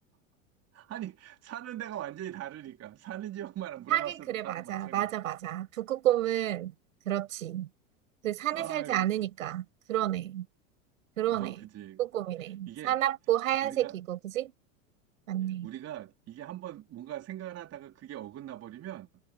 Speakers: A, on the right; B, on the right.
A: 아니, 사는 데가 완전히 다르니까. 사는 지역만 물어봤어도
B: 하긴 그래,
A: 바로
B: 맞아.
A: 맞춰.
B: 맞아, 맞아. 북극곰은, 그렇지. 그 산에
A: 아,
B: 살지 않으니까.
A: 그래.
B: 그러네. 그러네.
A: 어, 그치.
B: 북극곰이네.
A: 이게
B: 사납고 하얀색이고,
A: 우리가,
B: 그지? 맞네.
A: 우리가 이게 한번 뭔가 생각을 하다가 그게 어긋나 버리면